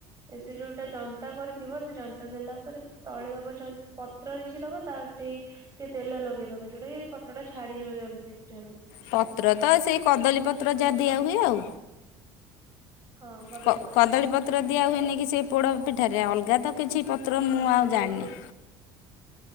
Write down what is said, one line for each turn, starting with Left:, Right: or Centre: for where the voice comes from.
Right: ଏ ସେ ଯୋଉଟା ଜନ୍ତା କରିଥିବ ସେ ଜନ୍ତା ଦେଲା ପରେ। ତଳେ ଦବ ଯ ପତ୍ର କିଛି ଦବ ତାଟି ଟିକେ ତେଲ ଲଗେଇଦବ ଯୋଉଟା କି ପତ୍ର ଟା ଛାଡିଯିବ ଜଲଦି ସେଠାରୁ।
Left: ପତ୍ର ତ ସେଇ କଦଳୀପତ୍ର ଯାହା ଦିଆହୁଏ ଆଉ।
Right: ହଁ କଦଳୀ
Left: କ
Right: ପତ୍ର
Left: କଦଳୀପତ୍ର ଦିଆ ହୁଏନି କି ସେ ପୋଡ଼ ପିଠାରେ ଅଲଗା ତ କିଛି ପତ୍ର ମୁଁ
Right: ତ ତମେ
Left: ଆଉ ଜାଣିନି।
Right: ଦେ